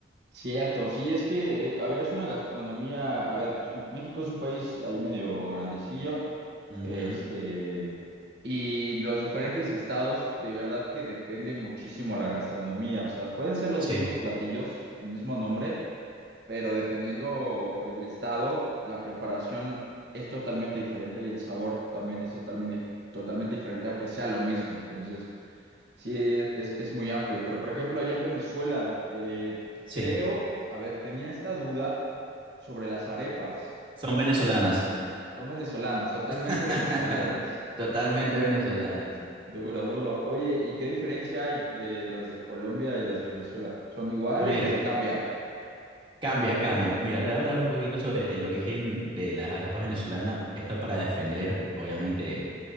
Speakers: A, on the right; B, on the right.
A: Cierto, sí, es que, eh, a ver, es una gastronomía, a ver, pues México es un país ahí medio grandecillo,
B: Ujú,
A: este, y los diferentes estados, de verdad que depende muchísimo la gastronomía, o sea, pueden ser los
B: Sí,
A: mismos platillos, el mismo nombre, pero dependiendo el estado, la preparación es totalmente diferente y el sabor también es totalmente, totalmente diferente, aunque sea lo mismo. Entonces, sí, es, es muy amplio. Pero, por ejemplo, allá en Venezuela, eh,
B: sí,
A: creo, a ver, tenía esta duda sobre las arepas.
B: son venezolanas,
A: Son venezolanas, totalmente
B: <laughs>
A: venezolanas.
B: totalmente venezolanas.
A: Duro, duro. Oye, ¿y qué diferencia hay de las de Colombia y las de Venezuela? ¿Son iguales
B: Mira,
A: o si cambia?
B: cambia, cambia. Mira, te voy a hablar un poquito sobre el origen de las arepas venezolanas. Esto para defender, obviamente,